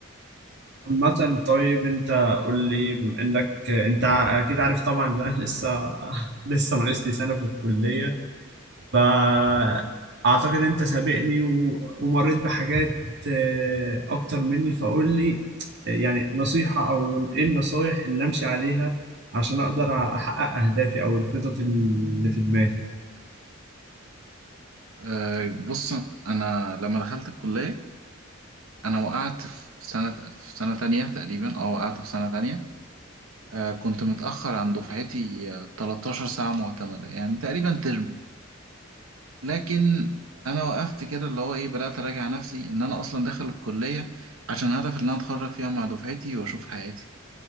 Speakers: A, on the right; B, on the right.
A: عامة طيب انت قول لي بما انك انت اكيد عارف طبعا لا لسه <laughs> لسه ناقص لي سنة في الكلية فأعتقد أنت سابقني و... ومريت بحاجات آه، أكتر مني فقول لي يعني نصيحة أو إيه النصايح اللي أمشي عليها عشان أقدر أحقق أهدافي أو الخطط اللي في دماغي
B: أه بص أنا لما دخلت الكلية أنا وقعت في سنة في سنة تانية تقريبا أه وقعت في سنة تانية أه كنت متأخر عن دفعتي آه، 13 ساعة معتمدة يعني تقريبا ترم لكن انا وقفت كده اللي هو ايه بدأت اراجع نفسي ان انا اصلا داخل الكلية عشان هدف ان انا اتخرج فيها مع دفعتي واشوف حياتي